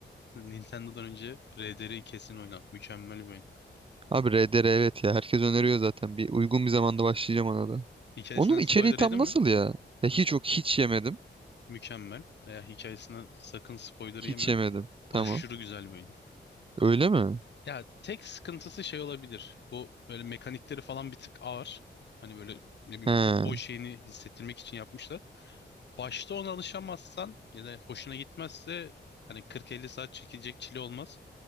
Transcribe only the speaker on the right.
Abi RDR evet ya herkes öneriyor zaten. Bir uygun bir zamanda başlayacağım ona da.
Onun
içeriği tam
nasıl ya? Ya hiç yok hiç yemedim.
Hiç
yemedim. Tamam.
Öyle mi?
He.